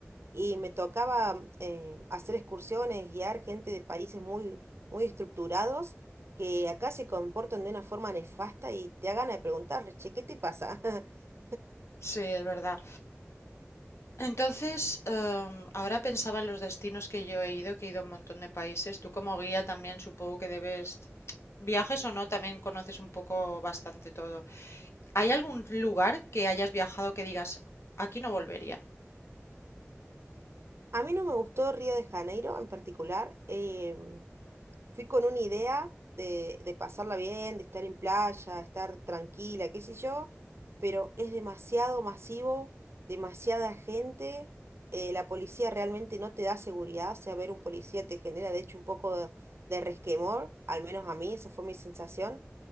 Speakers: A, on the right; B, on the left.
A: y me tocaba eh, hacer excursiones, guiar gente de países muy, muy estructurados que acá se comportan de una forma nefasta y te hagan a preguntarles, che, ¿qué te pasa? <laughs>
B: Sí, es verdad. Entonces, em, ahora pensaba en los destinos que yo he ido, que he ido a un montón de países. Tú como guía también supongo que debes, viajes o no, también conoces un poco bastante todo. ¿Hay algún lugar que hayas viajado que digas, aquí no volvería?
A: A mí no me gustó Río de Janeiro en particular. Eh, Fui con una idea de, de pasarla bien, de estar en playa, estar tranquila, qué sé yo, pero es demasiado masivo, demasiada gente, eh, la policía realmente no te da seguridad, o sea, ver un policía te genera de hecho un poco de, de resquemor, al menos a mí, esa fue mi sensación.